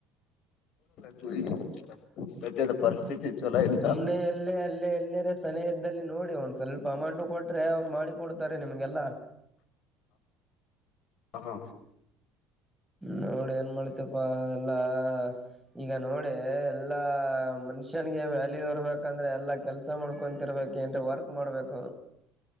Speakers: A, on the left (about 55°); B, in the centre.
A: <unintelligible> ಸದ್ಯದ ಪರಿಸ್ಥಿತಿ ಚಲೋ ಇಲ್ಲ
B: ಸುಮ್ನೆ ಅಲ್ಲೇ ಅಲ್ಲೇ ಎಲ್ಲಿರ ಸನೆ ಇದ್ದಲ್ಲಿ ನೋಡಿ ಒಂದ್ ಸ್ವಲ್ಪ ಅಮೌಂಟ್ ಕೊಟ್ರೆ ಅವ್ರು ಮಾಡಿ ಕೊಡ್ತಾರೆ ನಿಮ್ಗೆಲ್ಲ. <inaudible>
A: ಹಾ
B: ನೋಡ್ ಏನ್ ಮಾಡ್ತಿಯಪ್ಪಾ ಎಲ್ಲಾ ಈಗ ನೋಡೇ ಎಲ್ಲಾ. ಮನುಷ್ಯಂಗೆ ವ್ಯಾಲ್ಯೂ ಇರ್ಬೇಕಂದ್ರೆ ಎಲ್ಲಾ ಕೆಲ್ಸ ಮಾಡ್ಕೊಂತಿರ್ಬೇಕ್ ಏನ್ರ ವರ್ಕ್ ಮಾಡ್ಬೇಕು. <inaudible>